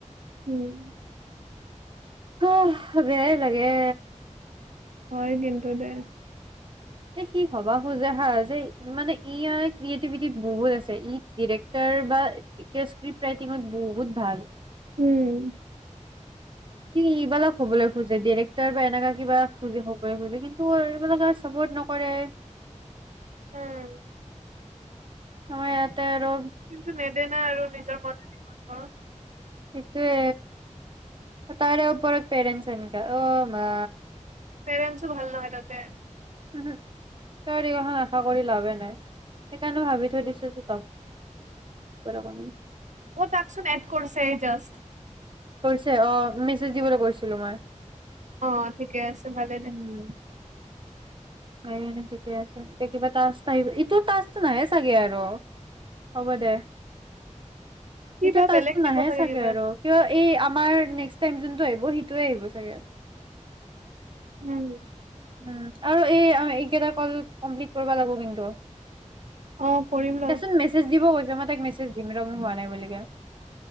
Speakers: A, on the right (about 70°); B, on the right (about 40°).
A: উম',
B: হুহ', বেয়াই লাগে।
A: হয় দিম। ষ্টুডেণ্ট
B: এ সি হবা খোজে হা, যে মানে ই ক্ৰিয়েটিভিটিত বহুত আছে ই ডিৰেক্টৰ বা ক স্ক্ৰিপট ৰাইটিঙত বহুত ভাল।
A: উম।
B: সি এইবালাক হ'বলৈ খোজে ডিৰেক্টৰ বা এনেকা কিবা কিন্তু এইবিলাকে চাপৰ্ট নকৰে।
A: উম।
B: আমাৰ ইয়াতে আৰু
A: কিন্তু নেদে না আৰু নিজৰ মতে <unintelligible>
B: সেইটোৱে। তাৰে ওপৰত পেৰেণ্টচ এনেকা, অ' মা।
A: পেৰণ্টছও ভাল নহয় তাতে।
B: <unintelligible> আশা কৰি লাভে নাই, সেইকাৰণে ভাবি থৈ দিছো যে <unintelligible>
A: অ' তাকচোন এদ কৰিছে এ জাস্ত।
B: কৰিছে অ' মেছেজ দিবলৈ কৈছিলো মই।
A: অ' ঠিকে আছে। ভালে দে
B: উম। <unintelligible> এনে ঠিকে আছে, এতিয়া কিবা তাস আহিব ইটো তাস নাহে চাগে আৰু, হ'ব দে।
A: কিবা
B: এইটো টাস্কটো
A: বেলেগ দিব
B: নাহে চাগে
A: কিবা
B: আৰু কিয় এই আমাৰ নেক্স <unintelligible> যোনটো আহিব চাগে সিটোয়ে আহিব চাগে।
A: উম।
B: উম, আৰু এই আম, এইকেইটা কল কমপ্লিট কৰিব লাগিব কিন্তু।
A: অ কৰিম ৰ
B: তাৰপিছত মেছেজ দিব কৈছে, মই তাইক মেছেজ দিম <unintelligible> নাই বুলিকে।